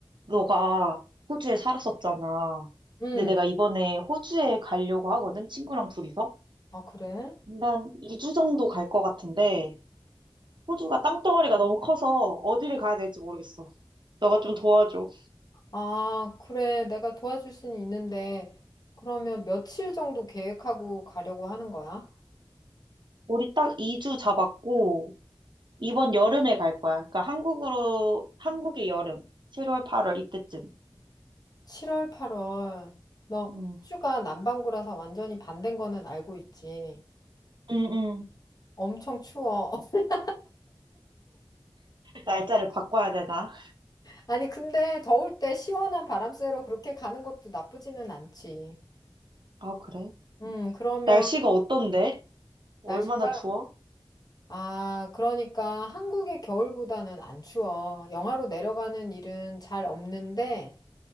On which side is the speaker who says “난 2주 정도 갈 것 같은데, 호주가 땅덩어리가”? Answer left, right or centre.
Right